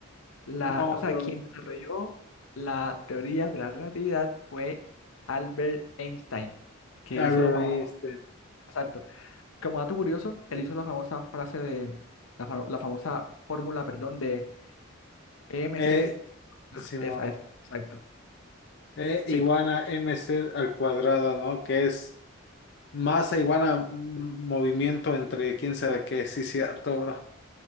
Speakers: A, on the left; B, on the left.
A: La,
B: No,
A: o sea,
B: bro.
A: quien desarrolló la teoría de la relatividad fue Albert Einstein, que
B: Albert
A: hizo la famosa.
B: Einstein.
A: exacto, Como dato curioso, él hizo la famosa frase de, la, fa- la famosa fórmula, perdón, de EMC,
B: E,
A: ah,
B: Simón.
A: esa, esa, exacto.
B: E igual
A: Sí,
B: a mc al cuadrado, ¿no? Que es Masa igual a mm, movimiento entre quién sabe qué. Sí, cierto, bro.